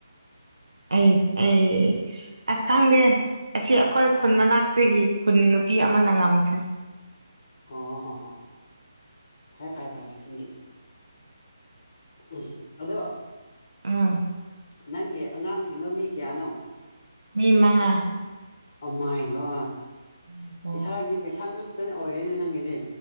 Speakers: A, on the right (about 80°); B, on the left (about 40°).
A: ꯑꯩ ꯑꯩ ꯑꯁ ꯈꯪꯗꯦ ꯑꯁꯤ ꯑꯩꯈꯣꯏ ꯈꯨꯟ ꯃꯅꯥꯛꯇꯒꯤ ꯈꯨꯟ ꯅꯨꯄꯤ ꯑꯃꯅ ꯉꯝꯈ꯭ꯔꯦ
B: ꯑꯣ ꯍ ꯍ ꯐꯔꯦ ꯐꯥꯏ ꯐꯥꯏ ꯐꯥꯏ ꯍ ꯎ ꯑꯗꯣ
A: ꯑꯥ
B: ꯅꯪꯒꯤ ꯑꯉꯥꯡꯁꯤꯡꯗꯣ ꯃꯤ ꯀꯌꯥꯅꯣ
A: ꯃꯤ ꯃꯉꯥ
B: ꯑꯃꯥꯏꯒꯣ
A: ꯑꯣ
B: ꯏꯁꯥꯒꯤ ꯄꯩꯁꯥ ꯉꯥꯛꯇꯅ ꯑꯣꯏꯔꯤꯅꯦ ꯅꯪꯒꯤꯗꯤ